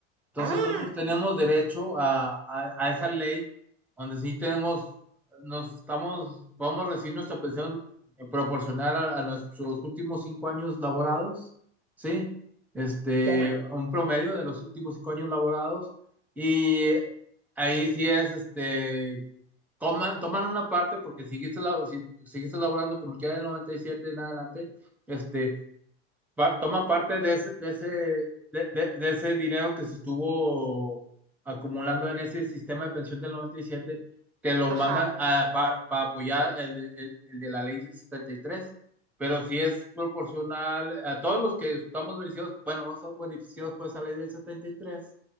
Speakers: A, in the centre; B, on the right.
A: Entonces
B: ah,
A: nosotros tenemos derecho a, a- a esa ley donde sí tenemos, nos estamos, vamos a recibir nuestra pensión eh, proporcional a, a nuestros últimos cinco años laborados, ¿sí? Este,
B: ya,
A: a un promedio de los últimos cinco años laborados y ahí sí es, este, toman, toman una parte porque si seguiste, labo- si, seguiste laborando como quiera del 97 en adelante, este, pa- toman parte de ese, de ese, de, de- de ese dinero que se estuvo acumulando en ese sistema de pensión del noventa y siete te lo
B: ajá,
A: mandan a, para, apoyar el de, el- el de la ley setenta y tres pero si es proporcional a todos los que estamos beneficiados, bueno, vamos a estar beneficiados por esa ley del setenta y tres